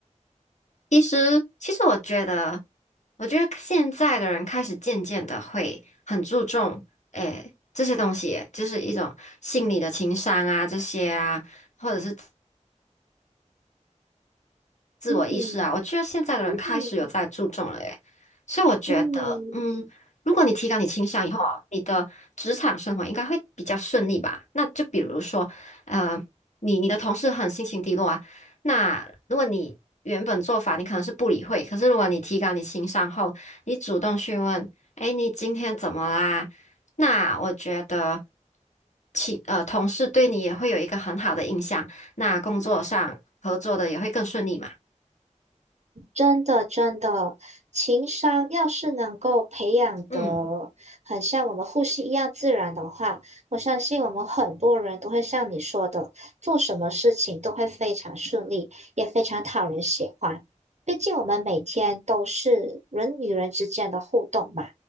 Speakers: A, on the left (about 65°); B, on the right (about 60°).
A: 其实，其实我觉得，我觉得现在的人开始渐渐的会很注重，诶，这些东西，就是一种心理的情商啊，这些啊，或者是。自我意识啊，
B: 嗯
A: 我觉得现在的人开始有在注重了耶，
B: 嗯。
A: 所以我觉得，
B: 嗯
A: 嗯，如果你提高你情商以后啊你的职场生活应该会比较顺利吧？那就比如说，呃，你你的同事很心情低落啊，那如果你原本做法你可能是不理会，可是如果你提高你情商后，你主动询问，哎，你今天怎么啦？那我觉得，其呃，同事对你也会有一个很好的印象，那工作上合作的也会更顺利嘛。
B: 真的，真的，情商要是能够培养的很像我们呼吸一样自然的话，
A: 嗯，
B: 我相信我们很多人都会像你说的，做什么事情都会非常顺利，也非常讨人喜欢。毕竟我们每天都是人与人之间的互动嘛，